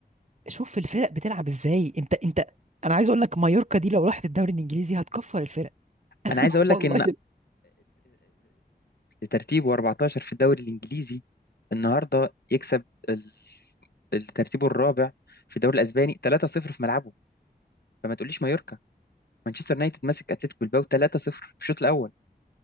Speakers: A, on the right; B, on the left.
A: شوف الفرق بتلعب ازاي انت انت انا عايز اقول لك مايوركا دي لو راحت الدوري الانجليزي هتكفر الفرق
B: انا
A: <laughs>
B: عايز اقول لك
A: والله
B: ان ترتيبه 14 في الدوري الانجليزي النهارده يكسب ال- الترتيب الرابع في الدوري الاسباني 3-0 في ملعبه فما تقوليش مايوركا مانشستر يونايتد ماسك اتلتيكو بالباو 3-0 في الشوط الاول